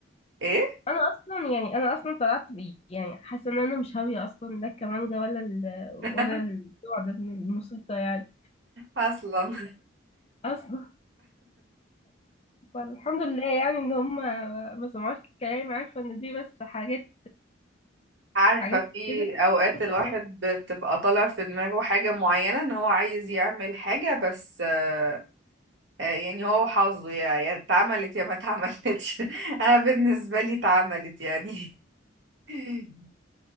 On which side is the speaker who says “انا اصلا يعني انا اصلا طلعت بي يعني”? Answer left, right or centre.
Left